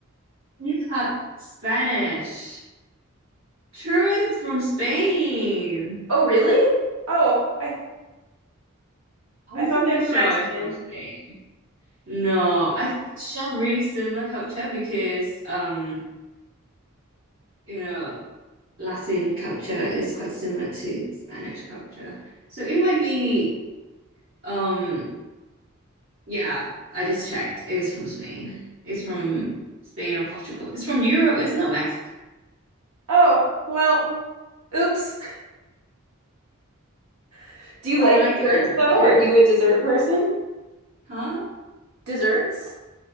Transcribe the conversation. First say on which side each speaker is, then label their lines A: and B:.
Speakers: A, on the right (about 60°); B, on the right (about 80°).
A: Yeah, Spanish. Churro is from Spain.
B: Oh, really? Oh, I
A: I'm
B: I thought
A: pretty
B: they were
A: sure
B: Mexican.
A: it's from Spain. No, I think it's share really similar culture because um, you know, Latin culture is quite similar to Spanish culture. So it might be um yeah, I just checked. It's from Spain. It's from Spain or Portugal. It's from Europe, it's not Mexico.
B: Oh, well, oops. <laughs> Do you
A: I
B: like
A: like
B: desserts
A: it, I love
B: though?
A: churro.
B: Are you a dessert person?
A: Huh?
B: Desserts?